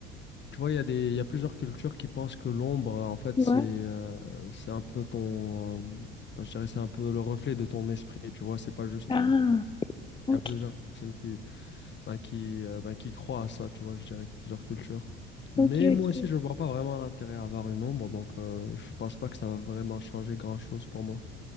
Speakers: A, on the left (about 35°); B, on the left (about 15°).
A: tu vois, il y a des, il y a plusieurs cultures qui pensent que l'ombre, euh, en fait,
B: Ouais.
A: c'est, euh, c'est un peu ton, euh, bah, je dirais, c'est un peu le reflet de ton esprit. Tu vois, c'est pas juste.
B: Ah,
A: euh,
B: ok,
A: Il y a plusieurs personnes qui bah, qui, euh, bah, qui croient à ça, tu vois, je dirais, que plusieurs cultures. Mais
B: ok,
A: moi
B: ok.
A: aussi, je vois pas vraiment l'intérêt à avoir une ombre, donc euh, je pense pas que ça va vraiment changer grand-chose pour moi.